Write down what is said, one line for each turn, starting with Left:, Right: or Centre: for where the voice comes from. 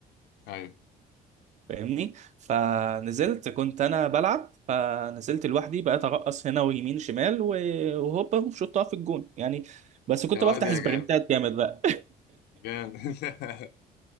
Left: ايوه
Right: فاهمني فنزلت كنت انا بلعب فنزلت لوحدي بقيت ارقص هنا ويمين شمال و- وهوبا وشطها في الجون يعني بس كنت
Left: يا واد
Right: بفتح
Left: يا
Right: سبرنتات
Left: جامد
Right: جامد بقى
Left: جامد <laughs>